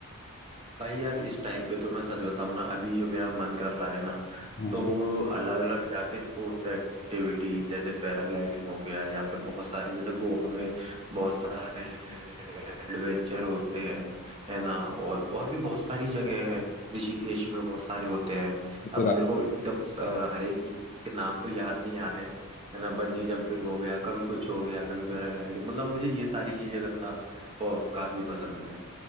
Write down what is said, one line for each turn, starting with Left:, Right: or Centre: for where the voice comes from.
Right: भाई यार इस टाइम पे तो मैं सच बताऊं ना अभी जो मेरा मन कर रहा है ना
Left: हाँ
Right: तो वो अलग अलग जाके स्पोर्ट्स एक्टिविटी जैसे पैराग्लाइडिंग हो गया या फिर बहुत सारे जैसे गोवा में बहुत सारे एडवेंचर होते हैं है ना और और भी बहुत सारी जगह है ऋषिकेश में बहुत सारे होते हैं
Left: तो
Right: अब
Left: फिर आप
Right: मेरे को एकदम अ, हर एक के नाम तो याद नहीं आ रहे हैं है ना बंजी जंपिंग हो गया कभी कुछ हो गया कभी पैराग्लाइडिंग मतलब मुझे ये सारी चीजें करना बहुत काफी पसंद है